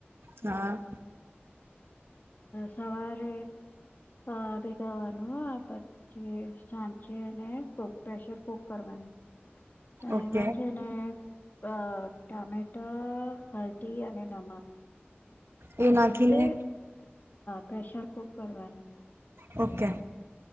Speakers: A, on the right; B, on the left.
A: હા
B: સવારે <unintelligible> સાંચીને પ્રેશર કુક કરવાનું એમાં
A: ઓકે
B: છે મે ટમેટા હલ્દી અને નમક ના
A: એ નાખીને
B: સાથે પ્રેશર કુક કરવાનું
A: ઓકે